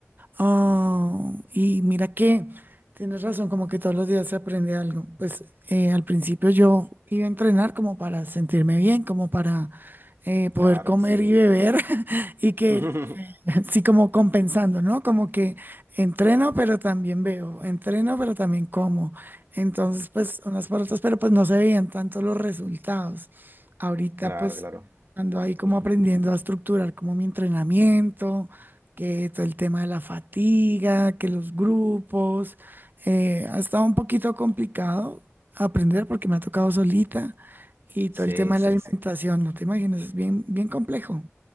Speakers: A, on the right; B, on the right.
A: Oh,
B: Ujú,
A: y mira que tienes razón, como que todos los días se aprende algo. Pues eh, al principio yo iba a entrenar como para sentirme bien, como para eh, poder
B: Claro,
A: comer
B: sí.
A: y beber <laughs> y que
B: <laughs> Ujú,
A: eh, sí como compensando, ¿no? Como que entreno pero también veo, entreno pero también como. Entonces, pues unas por otras, pero pues no se veían tanto los resultados. Ahorita
B: Claro,
A: pues
B: claro.
A: ando ahí como
B: Ujú,
A: aprendiendo a estructurar como mi entrenamiento que todo el tema de la fatiga, que los grupos, eh, ha estado un poquito complicado aprender porque me ha tocado solita y todo
B: Sí,
A: el tema de
B: sí,
A: la alimentación,
B: sí.
A: no te imaginas, es bien, bien complejo.